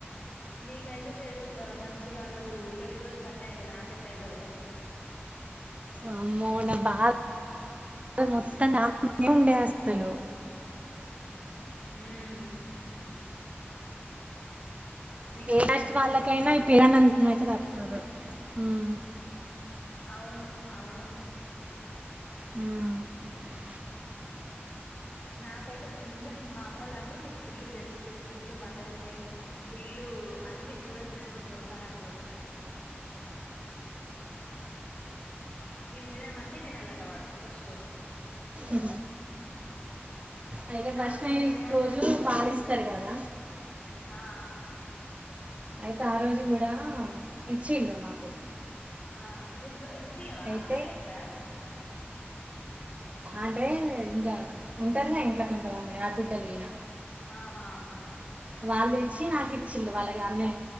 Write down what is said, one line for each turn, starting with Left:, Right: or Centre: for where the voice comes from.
Left: నీకైతే పెరుగ్ మంచిగా ఆ రోజు పెళ్లి రోజు కట్ అయింది నాకెట్ల అయితదో
Right: అమ్మోన బాధ మొత్తం నా మీదనే ఉండే అసలు
Left: ఉమ్ అట్లా
Right: ఏ నష్ట్
Left: దేవుడు
Right: వాళ్ళకైనా
Left: కల్పించిండు
Right: ఈ పిరంనం అయితే తప్పదు ఉమ్
Left: అవును అవును
Right: ఉమ్
Left: ఉమ్ నాకైతే ఫుల్ మా అమ్మోల్లు అంటరు నీకు ఫుల్ పెరుగు దిని ఫుల్లు మటన్ తిని ఫుల్లు అన్ని కూరలు తినేటొడు దొరకాల్అంటరు నేన్ తిననివి అన్ని తినాలట వాడు వచ్చేటొడు
Right: ఉ అయితే
Left: ఆ,
Right: ఫస్ట్
Left: అప్పుడు
Right: నైట్
Left: నేనేమంటా
Right: రోజు పాలు ఇస్తర్ గద
Left: ఆ ఆ
Right: అయితే ఆ రోజు కూడా ఇచ్చిండు మాకు
Left: ఆ నువ్ నువ్ ఇయవ
Right: అయితే
Left: అబ్బాయిలె ఇత్తర
Right: అంటే ఇంక ఉంటర్ గ ఇంట్ల కొంత మంది ఆడ్బిడ్డల్ గిన
Left: ఆహా
Right: వాళ్లు తెచ్చి నాకి ఇచ్చల్లు వాళ్ళగానే